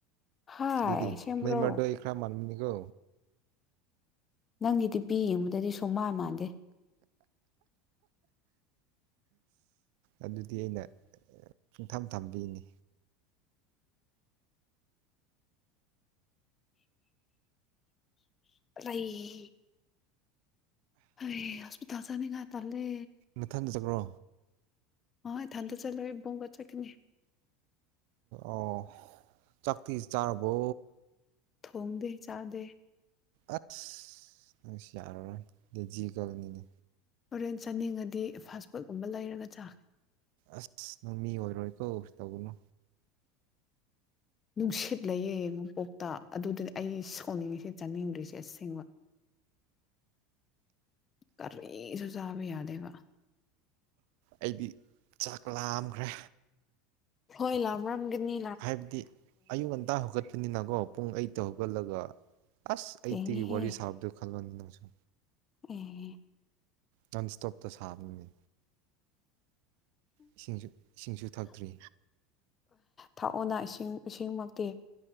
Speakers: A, on the left; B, on the right.
A: ꯍꯥꯏ
B: ꯑꯗꯨꯗꯤ
A: ꯁꯦꯝꯕ꯭ꯔꯣ
B: ꯅ ꯃꯔꯗꯣ ꯑꯩ ꯈ꯭ꯔꯥ ꯃꯟꯕꯅꯤꯀꯣ
A: ꯅꯪꯒꯤꯗꯤ ꯄꯤ ꯌꯦꯡꯕꯗꯗꯤ ꯁꯨꯝ ꯃꯥꯟ ꯃꯥꯟꯗꯦ
B: ꯑꯗꯨꯗꯤ ꯑꯩꯅ ꯄꯪꯊꯝ ꯊꯝꯕꯤꯅꯤ
A: ꯂꯩ ꯑꯔꯦ ꯍꯁꯄꯤ ꯇꯜꯁꯅꯤ ꯉ ꯇꯂꯦ
B: ꯅꯊꯟꯗ ꯆꯠꯈ꯭ꯔꯣ
A: ꯍꯣꯏ ꯊꯥꯟꯗ ꯆꯠꯂꯣꯣꯏ ꯣꯡꯒ ꯆꯅꯤ
B: ꯑꯣ ꯆꯥꯛ ꯆꯥꯔꯕꯣ
A: ꯊꯣꯡꯗꯦ ꯆꯥꯗꯦ
B: ꯑꯁ ꯅꯪꯁꯨ ꯌꯥꯔꯔꯣꯏ ꯗꯗꯤ ꯖꯤꯒꯜꯅꯤꯅꯦ
A: ꯍꯣꯔꯦꯟ ꯆꯥꯅꯤꯡꯉꯗꯤ ꯐꯥꯁ ꯐꯨꯗꯀꯨꯝꯕ ꯂꯩꯔꯒ ꯆꯥꯈ꯭ꯔꯦ
B: ꯑꯁ ꯅꯃꯤ ꯑꯣꯏꯔꯣꯏ ꯀꯣ ꯇꯧꯕꯅꯨ꯫
A: ꯅꯨꯡꯁꯤꯠ ꯂꯩꯌꯦ ꯌꯦꯡꯉꯨꯄꯣꯛꯇ ꯑꯗꯨꯗꯗꯤ ꯑꯩ ꯁꯣꯛꯅꯤꯡꯉꯤꯁꯦ ꯆꯥꯅꯤꯡꯗ꯭ꯔꯤꯁꯦ ꯑꯁꯦꯡꯕ ꯀꯔꯤꯁꯨꯖꯥꯕ ꯌꯥꯗꯦꯕ
B: ꯑꯩꯗꯤ ꯆꯥꯛ ꯂꯥꯝꯈ꯭ꯔꯦ
A: ꯍꯣꯏꯂ ꯃꯝꯒꯅꯤ
B: ꯍꯥꯏꯕꯗꯤ ꯑꯌꯨꯛ ꯉꯟꯇꯥ ꯍꯧꯒꯠꯄꯅꯤꯅꯀꯣ ꯄꯨꯡ ꯑꯌꯠꯇ ꯍꯧꯒꯠꯂꯒ ꯑꯁ ꯑꯩꯇꯒꯤ
A: ꯊꯦꯡꯉꯦꯍꯦ
B: ꯋꯥꯔꯤ ꯁꯥꯕꯗꯣ ꯈꯜꯂꯣꯅꯤ ꯅꯪꯁꯨ
A: ꯑꯣ
B: ꯅꯟ ꯏꯁꯇꯣꯞꯇ ꯁꯥꯕꯅꯤꯅꯤ ꯏꯁꯤꯡꯁꯨ ꯏꯁꯤꯡꯁꯨ ꯊꯛꯇ꯭ꯔꯤ
A: ꯊꯥꯛꯑꯣꯅ ꯏꯁꯤꯡ ꯏꯁꯤꯡꯃꯛꯇꯤ